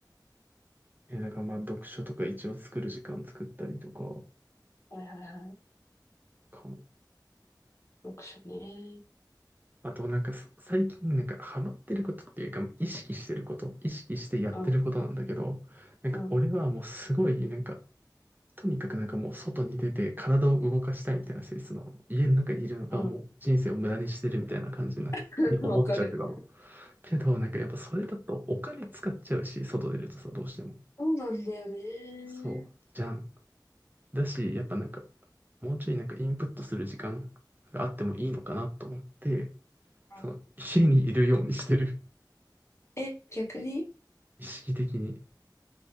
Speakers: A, on the right (about 25°); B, on the left (about 35°).
A: う。え、だからまあ読書とか一応作る時間作ったりとか
B: はいはいはい。
A: かな。
B: 読書ね。
A: あとなんかす最近なんかハマってることっていうか意識してること、意識してやってることなんだけど、
B: うん、
A: なんか俺はもうすごいなんか
B: うん、
A: とにかくなんかもう外に出て体を動かしたいみたいな性質の家の中にいるのがもう人生を無駄にしてるみたいな感じになってに思っちゃってたの。
B: うん。<laughs> わかる。
A: けどなんかやっぱそれだとお金使っちゃうし、外出るとさ、どうしても。
B: そうなんだよね。
A: そう。じゃん。だし、やっぱなんか、もうちょいなんかインプットする時間があってもいいのかなと思って、
B: うん
A: その家にいるようにしてる。
B: え、逆に
A: <laughs> 意識的に。